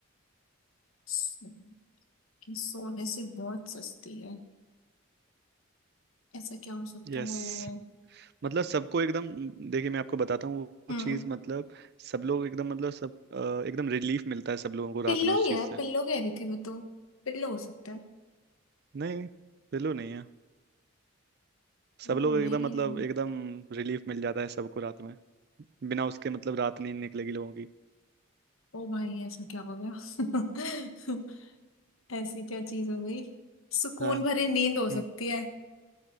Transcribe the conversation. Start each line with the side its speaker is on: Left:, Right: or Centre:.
Left: सो- कि सोने से बहुत सस्ती है ऐसा क्या हो सकता
Right: यस
Left: है
Right: मतलब सबको एकदम देखिए मैं आपको बताता हूँ वो वो
Left: हम्म
Right: चीज़ मतलब सब लोग एकदम मतलब सब अ, एकदम रिलीफ मिलता है सब लोगों को
Left: पिल्लो
Right: रात में उस
Left: ही
Right: चीज़
Left: है
Right: से
Left: पिल्लो कह रही थी मैं तो पिल्लो हो सकता है
Right: नहीं पिलो नहीं है
Left: पिल्लो
Right: सब लोग एकदम
Left: नहीं
Right: मतलब
Left: है
Right: एकदम रिलीफ मिल जाता है सबको रात में बिना उसके मतलब रात नहीं निकलेगी लोगों
Left: ओ भाई ऐसा क्या हो गया <laughs> ऐसी क्या चीज हो गई सुकून
Right: हाँ
Left: भरी नींद हो सकती
Right: हम्म,
Left: है